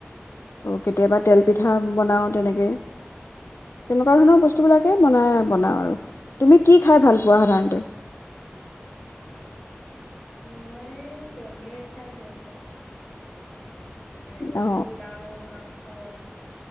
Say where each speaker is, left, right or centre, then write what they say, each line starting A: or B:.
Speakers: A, on the left; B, on the left.
A: কেতিয়াবা তেল পিঠা বনাওঁ তেনেকে। তেনেকুৱা ধৰণৰ বস্তুবিলাকেই বনাই, বনাওঁ আৰু তুমি কি খাই ভাল পোৱা সাধাৰণতে?
B: মই পনীৰ খাই ভাল পাওঁ। আৰু
A: অ
B: পোলাও, মাং স,